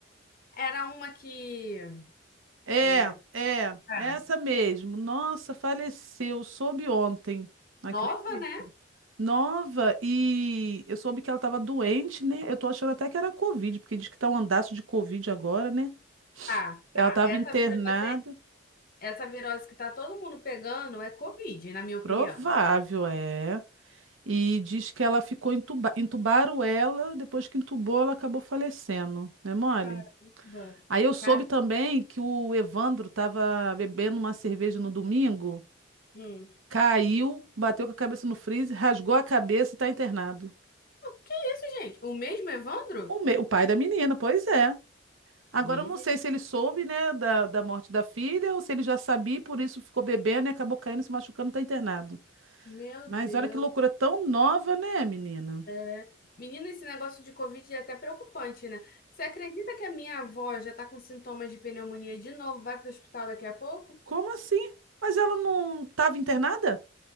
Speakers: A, on the left; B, on the right.
A: era uma que
B: É,
A: é
B: é,
A: tá,
B: essa mesmo. Nossa, faleceu, soube ontem. Acredita?
A: nova, né?
B: Nova, e eu soube que ela estava doente, né? Eu tô achando até que era Covid, porque diz que tá um andaço de Covid agora, né?
A: Tá,
B: Ela
A: tá.
B: estava
A: Essa
B: internada,
A: virose, aí- essa virose que tá todo mundo pegando é Covid, na minha opinião.
B: provável, é. E diz que ela ficou entuba... entubaram ela, depois que entubou, ela acabou falecendo, né, mole?
A: Caramba.
B: Aí eu soube
A: Cara,
B: também que o Evandro estava bebendo uma cerveja no domingo,
A: hum.
B: caiu, bateu com a cabeça no freezer, rasgou a cabeça e tá internado.
A: Que isso, gente? O mesmo Evandro?
B: O, me... o pai da menina, pois é. Agora
A: Miser...
B: eu não sei se ele soube, né, da, da morte da filha ou se ele já sabia e por isso ficou bebendo e acabou caindo, se machucando, tá internado.
A: Meu
B: Mas
A: Deus.
B: olha que loucura tão nova, né, menina?
A: É. Menina, esse negócio de Covid é até preocupante, né? Você acredita que a minha avó já tá com sintomas de pneumonia de novo? Vai pro hospital daqui a pouco?
B: Como assim? Mas ela não estava internada?